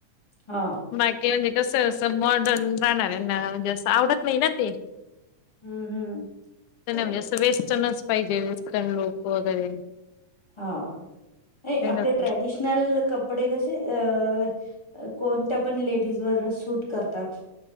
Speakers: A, on the left; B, on the left.
A: हा
B: बाकी म्हणजे तसं स मॉर्डर्न राहणार येत मला म्हणजे असं आवडत नाही ना ते
A: हम्म हम्म
B: नाही
A: बरोबर
B: म्हणजे असं वेस्टर्नच पाहिजे वेस्टन लोक वगैरे
A: हा ये
B: हे
A: आपले
B: नको.
A: ट्रॅडिशनल कपडे कशे अ कोणत्या पण लेडीज वर सु सूट करतात